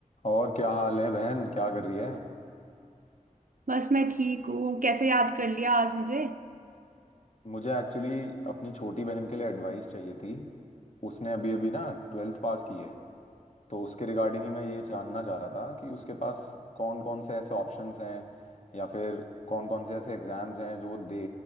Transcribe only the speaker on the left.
और क्या हाल है बहन क्या कर रही है
मुझे एक्चुअली अपनी छोटी बहन के लिए एडवाइस चाहिए थी उसने अभी अभी ना ट्वेल्थ पास की है तो उसके रिगार्डिंग ही मैं ये जानना चाह रहा था कि उसके पास कौन कौन से ऐसे ऑप्शंस हैं या फिर कौन कौन से ऐसे एग्ज़ाम्स हैं जो वो दे